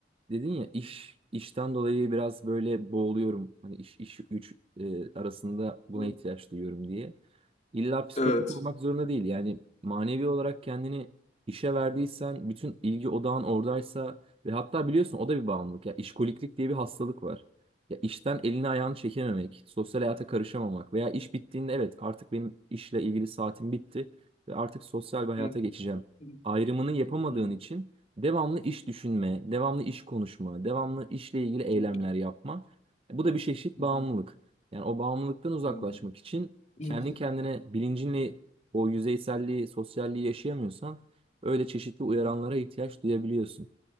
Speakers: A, on the right (about 30°); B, on the left (about 40°).
A: dedin ya iş işten dolayı biraz böyle boğuluyorum. Hani iş iş güç e, arasında buna
B: Hı,
A: ihtiyaç duyuyorum diye. İlla psikolojik
B: Evet.
A: olmak zorunda değil. Yani manevi olarak kendini işe verdiysen, bütün ilgi odağın oradaysa ve hatta biliyorsun o da bir bağımlılık. Ya işkoliklik diye bir hastalık var. Ya işten elini ayağını çekememek, sosyal hayata karışamamak veya iş bittiğinde evet artık benim işle ilgili saatim bitti ve artık sosyal bir hayata
B: Hı,
A: geçeceğim.
B: hı,
A: Ayrımını yapamadığın
B: hı,
A: için devamlı iş düşünme, devamlı iş konuşma, devamlı işle ilgili eylemler
B: hı,
A: yapma. Bu da bir çeşit
B: hı,
A: bağımlılık. Yani o bağımlılıktan uzaklaşmak
B: hı,
A: için
B: hı,
A: kendi kendine bilincinle o yüzeyselliği, sosyalliği yaşayamıyorsan öyle çeşitli uyaranlara
B: hı.
A: ihtiyaç duyabiliyorsun